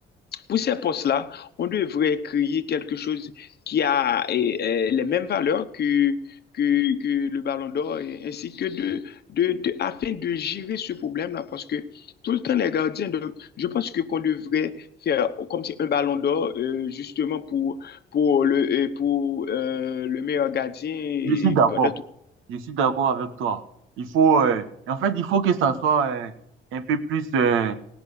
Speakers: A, on the left; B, on the right.
A: pour ces postes-là, on devrait créer quelque chose qui a eh, eh, les mêmes valeurs que, que, que le Ballon d'Or, et- ainsi que de, de, de- afin de gérer ce problème-là, parce que tout le temps, les gardiens, donc, je pense que qu'on devrait faire comme si un Ballon d'Or, euh, justement, pour, pour le, euh, pour, euh, le meilleur gardien, et
B: Je suis d'accord.
A: pendant tout.
B: Je suis d'accord avec toi. Il faut, euh, en fait, il faut que ça soit euh, un peu plus, euh,